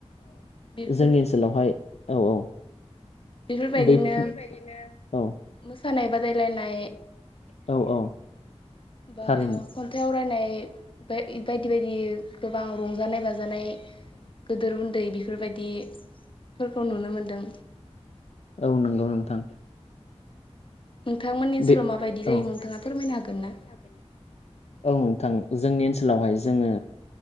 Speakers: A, on the left; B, on the left.
A: बेफोर
B: जोंनि ओनसोलावहाय औ औ
A: बेफोरबायदिनो
B: बै औ औ
A: मोसानाय बादायलायनाय
B: औ
A: बा
B: थारैनो
A: खन्थाय आवराय नाय बायदि बायदि गोबां रंजानाय बाजानाय गेदोर उन्दै बि बेफोरबायदिफोरखौ नुनो मोनदों।
B: औ नंगौ नोंथां।
A: नोंथांमोननि ओनसोलाव
B: बे
A: माबायदि जायो
B: औ औ
A: नोंथाङा फोरमायनो हागोन ना?
B: नोंथां। जोंनि ओनसोलावहाय जोङो